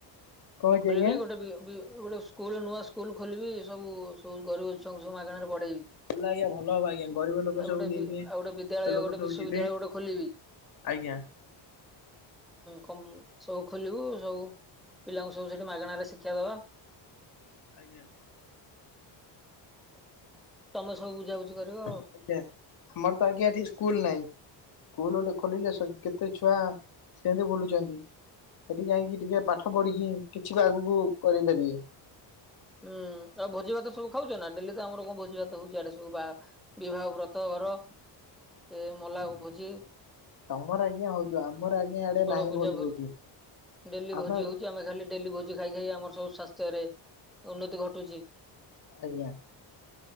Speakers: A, on the left; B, in the centre.
A: କଣ ହେଇଛି
B: ଖୋଲିବି
A: ଆଜ୍ଞା
B: ଗୋଟେ ବି ଗୋଟେ ସ୍କୁଲ ନୂଆ ସ୍କୁଲ ଖୋଲିବି ସବୁ ସବୁ ଗରିବ ଛୁଆଙ୍କୁ ସବୁ ମାଗଣାରେ ପଢେଇବି।
A: ଭଲ ଆଜ୍ଞା ଭଲ ହବ ଆଜ୍ଞା ଗରିବ ଲୋକ
B: ଆଉ
A: ସବୁ
B: ଗୋଟେ
A: ଯିବତ
B: ବି ଆଉ ଗୋଟେ ବିଦ୍ୟାଳୟ
A: ଲୋକ
B: ଗୋଟେ
A: ସବୁ
B: ବିଶ୍ୱବିଦ୍ୟାଳୟ
A: ଯିବେ।
B: ଗୋଟେ ଖୋଲିବି
A: ଆଜ୍ଞା।
B: ହୁଁ ସବୁ ଖୋଲିବୁ ସବୁ ପିଲାଙ୍କୁ ସବୁ ସେଠି ମାଗଣ ରେ ଶିକ୍ଷା ଦବା।
A: ଆଜ୍ଞା।
B: ତମେ ସବୁ ବୁଝାବୁଝି କରିବ ଆଉ।
A: ଆଜ୍ଞା ଆମର ତ ଆଜ୍ଞା ଏଠି ସ୍କୁଲ ନାହିଁ। ସ୍କୁଲ ଗୋଟେ ଖୋଲିଲେ କେତେ ଛୁଆ ସେମିତି ବୁଲୁଛନ୍ତି। ସେଠି ଯାଇକି ଟିକେ ପାଠ ପଢିକି କିଛିତ ଆଗକୁ କରିପାରିବି।
B: ହୁଁ ଆଉ ଭୋଜି ଭାତ ସବୁ ଖାଉଛ ନା ଡେଲି ତ ଆମର କଣ ଭୋଜି ଭାତ ହଉଛି ଆଡେ ସବୁ ବା ବିବାହ ବ୍ରତ ଘର ସେ ମଲା ଭୋଜି।
A: ତମର ଆଜ୍ଞା ହଉଥିବ ଆମର ଆଜ୍ଞା ଆଡେ
B: ଷୋଳ
A: ନାଇଁ
B: ପୂଜା
A: ଭୋଜି ଫୋଜିି
B: ଡେଲି ଭୋଜି
A: ଆମ
B: ହଉଛି ଆମେ ଖାଲି ଡେଲି ଭୋଜି ଖାଇ ଖାଇ ଆମର ସବୁ ସ୍ବାସ୍ଥ୍ୟରେ ଉନ୍ନତି ଘଟୁଛି।
A: ଆଜ୍ଞା।